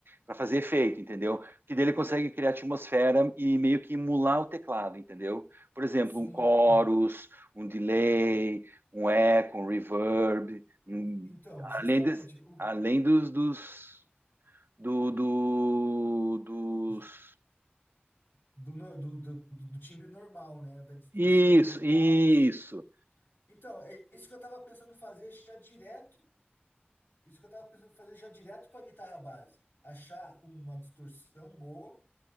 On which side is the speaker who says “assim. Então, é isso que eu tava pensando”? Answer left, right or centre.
Left